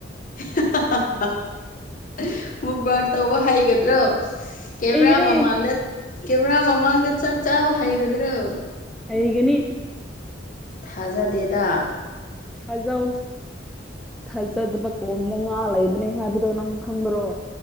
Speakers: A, on the left (about 45°); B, in the centre.
A: <unintelligible> ꯃꯨꯛꯕꯥꯥꯛ ꯇꯧꯕ ꯍꯩꯒꯗ꯭ꯔꯣ? ꯀꯦꯃꯦꯔꯥ
B: ꯍꯩꯒꯅꯤ
A: ꯃꯃꯥꯡꯗ ꯀꯦꯃꯦꯔꯥ ꯃꯃꯥꯡꯗ ꯆꯥꯛ ꯆꯥꯕ ꯍꯩꯒꯗ꯭ꯔꯣ?
B: ꯍꯩꯒꯅꯤ꯫
A: ꯊꯥꯖꯗꯦꯗꯥ
B: ꯊꯥꯖꯧ ꯊꯥꯖꯗꯕ ꯀꯣꯝꯗꯥ ꯉꯥ ꯂꯩꯕꯅꯦ ꯍꯥꯏꯕꯗꯣ ꯅꯪ ꯈꯪꯗꯔꯣ